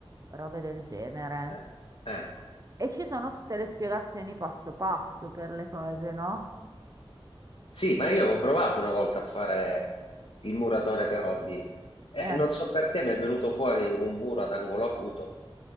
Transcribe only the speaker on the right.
robe del genere.
E ci sono tutte le spiegazioni passo passo per le cose, no?
Eh,